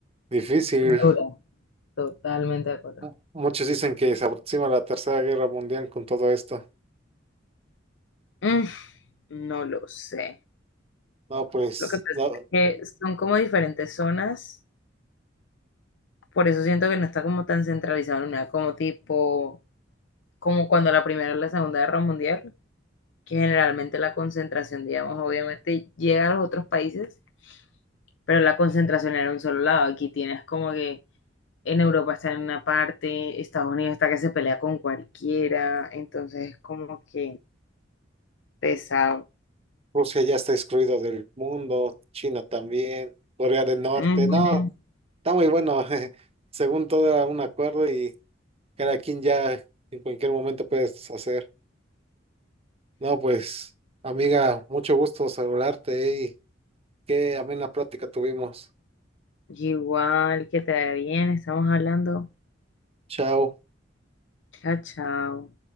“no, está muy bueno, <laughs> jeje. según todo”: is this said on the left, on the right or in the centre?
Right